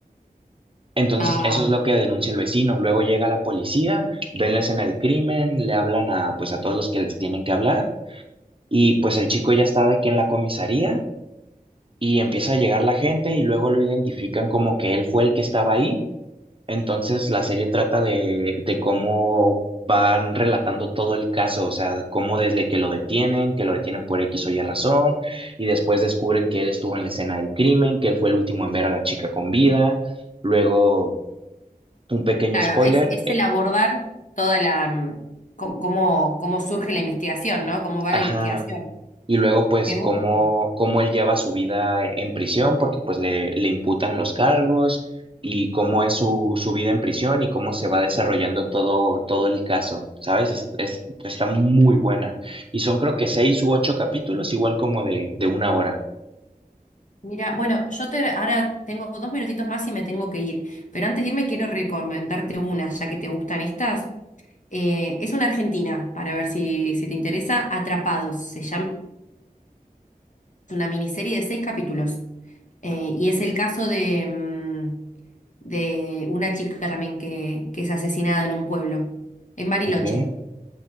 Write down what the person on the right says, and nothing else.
Entonces,
eso es lo que denuncia el vecino. Luego llega la policía, ven la escena del crimen, le hablan a pues a todos los que les tienen que hablar y pues el chico ya está de que en la comisaría y empieza a llegar la gente y luego lo identifican como que él fue el que estaba ahí. Entonces, la serie trata de, de cómo van relatando todo el caso, o sea, cómo desde que lo detienen, que lo detienen por X o Y razón, y después descubren que él estuvo en la escena del crimen, que él fue el último en ver a la chica con vida. Luego, un pequeño
spoiler,
eh,
Ajá.
Y luego, pues,
cómo, cómo él lleva su vida en prisión, porque pues le, le imputan los cargos y cómo es su, su vida en prisión y cómo se va desarrollando todo, todo el caso, ¿sabes? Es, es- está muy buena. Y son creo que seis u ocho capítulos, igual como de, de una hora.
Ok.